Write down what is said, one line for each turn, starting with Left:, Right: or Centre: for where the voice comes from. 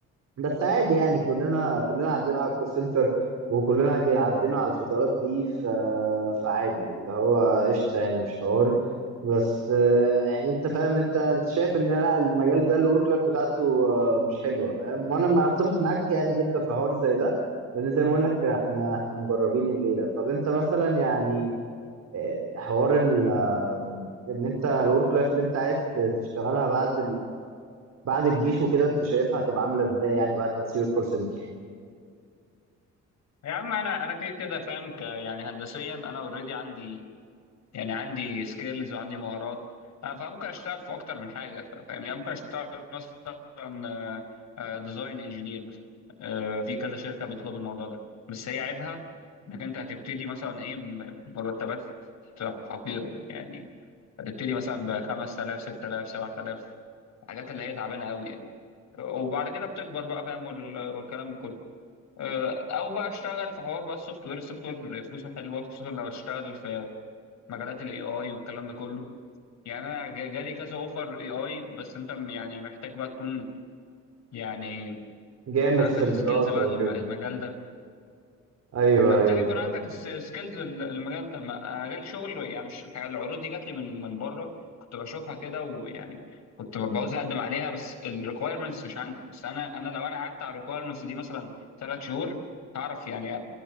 Right: بس عادي يعني كلنا كلنا عدينا على الكول سنتر وكلنا ج- عدينا على الفترات دي ف... فعادي اللي هو قشطة يعني مش حوار بس آه، يعني انت فاهم انت انت شايف ان لا المجال ده الورك لايف بتاعته آه، مش حلوه فاهم وانا ما اتفق معاك يعني جدا في حوار زي ده لان زي ما اقول لك احنا احنا مجربين الليله طب انت مثلا يعني آه، حوار ال آه، ان انت الورك لايف اللي انت عايز تشتغلها بعد بعد الجيش وكده انت شايفها هتبقى عامله ازاي يعني بعد ما تسيب الكول سنتر
Left: يا عم انا انا كده كده فاهم ك يعني هندسيا انا اوريدي عندي يعني عندي سكيلز وعندي مهارات آه، فممكن اشتغل في اكتر من حاجه ف- فاهم يعني ممكن اشتغل مثلا ديزاين انجينير مثلا آه، في كذا شركه بيطلبوا الموضوع ده بس هي عيبها انك انت هتبتدي مثلا ايه م- مرتبات حقيره يعني هتبتدي مثلا ب 5000 6000 7000 الحاجات اللي هي تعبانه قوي يعني وبعد كده بتكبر بقى فاهم وال- والكلام ده كله آه، او بقى اشتغل في حوار بقى السوفت وير السوفت وير فلوسه حلوه خصوصا لو هتشتغل في مجالات الاي اي والكلام ده كله يعني انا جا- جالي كذا اوفر اي اي بس انت م- يعني محتاج بقى تكون يعني
Right: جامد
Left: عندك
Right: في الدراسه
Left: سكيلز بقى
Right: وكده
Left: الم- المجال ده
Right: ايوه
Left: محتاج
Right: ايوه
Left: يكون عندك سكيلز المجال ده ما- انا جالي شغل يعني الش- الحاجة- العروض دي جات لي من من بره كنت بشوفها كده ويعني كنت ب- بعوز اقدم عليها بس الريكويرمنتس مش عندي بس انا انا لو انا قعدت على الريكويرمنتس دي مثلا ثلاث شهور هعرف يعني